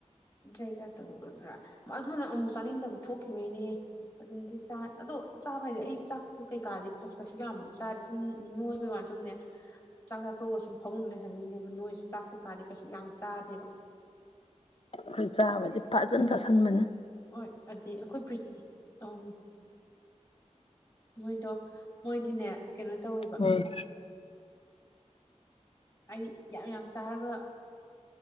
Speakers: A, on the left; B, on the left.
A: ꯩꯌꯩꯒ꯭ꯌꯥ ꯇꯧꯕꯗꯨꯔꯥ ꯑꯗꯨꯅ ꯑꯃꯨꯛ ꯆꯥꯅꯤꯡꯗꯕ ꯊꯣꯛꯈꯤꯕꯒꯤꯅꯦꯍꯦ ꯑꯗꯨꯝꯗꯤ ꯆꯥ ꯑꯗꯣ ꯆꯥꯕ ꯍꯥꯏꯁꯦ ꯑꯩ ꯆꯥꯛꯇꯣ ꯀꯩꯀꯥꯗꯤ ꯀꯩꯁꯨ ꯌꯥꯝꯕꯗꯤ ꯆꯥꯗꯦ ꯁꯨꯝ ꯅꯣꯏꯕꯩ ꯋꯥꯅꯤ ꯁꯨꯝꯅꯦ ꯆꯥꯛꯆꯥ ꯇꯣꯛꯑꯒ ꯁꯨꯝ ꯐꯄꯨꯡꯗ ꯂꯩꯁꯤꯟꯕꯩꯅꯦ ꯅꯣꯏꯁꯦ ꯆꯥꯛ ꯀꯩꯀꯥꯗꯤ ꯀꯩꯁꯨ ꯌꯥꯝ ꯆꯥꯗꯦꯕ
B: ꯑꯩꯈꯣꯏ ꯆꯥꯕꯗꯤ
A: ꯑꯗꯨꯒꯤ
B: ꯐꯖꯅ ꯆꯥꯁꯤꯟꯕꯅꯦ
A: ꯍꯣꯏ ꯑꯗꯩ ꯑꯩꯈꯣꯏ ꯄ꯭ꯔꯤꯇꯤ ꯎꯝ ꯃꯣꯏꯗꯣ ꯃꯣꯏꯗꯤꯅꯦ ꯀꯩꯅꯣ ꯇꯧꯋꯦꯕ
B: ꯎꯝ
A: ꯍꯥꯏꯗꯤ ꯌꯥꯝ ꯌꯥꯝ ꯆꯥꯔꯒ